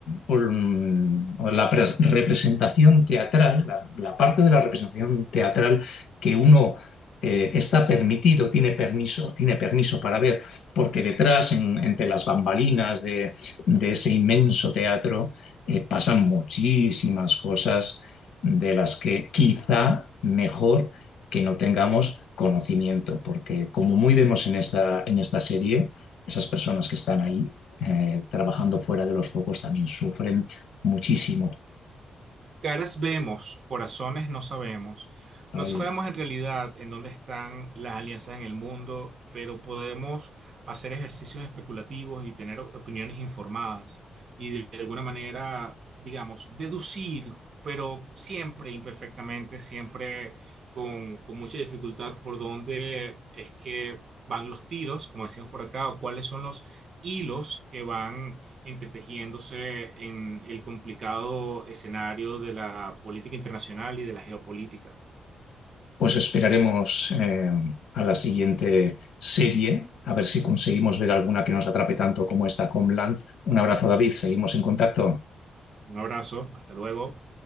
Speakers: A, on the left; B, on the right.
A: o, mm, o la pres- representación teatral, la, la parte de la representación teatral que uno eh, está permitido, tiene permiso, tiene permiso para ver, porque detrás, en- entre las bambalinas de, de ese inmenso teatro, eh, pasan muchísimas cosas de las que quizá mejor que no tengamos conocimiento, porque como muy vemos en esta, en esta serie, esas personas que están ahí eh, trabajando fuera de los focos también sufren muchísimo.
B: Caras vemos, corazones no sabemos.
A: Ay,
B: No sabemos en realidad en dónde están las alianzas en el mundo, pero podemos hacer ejercicios especulativos y tener opiniones informadas y de alguna manera, digamos, deducir, pero siempre imperfectamente, siempre con, con mucha dificultad por dónde es que van los tiros, como decimos por acá, o cuáles son los hilos que van entretejiéndose en el complicado escenario de la política internacional y de la geopolítica.
A: Os esperaremos eh, a la siguiente serie, a ver si conseguimos ver alguna que nos atrape tanto como esta Homeland. Un abrazo, David, seguimos en contacto.
B: Un abrazo, hasta luego.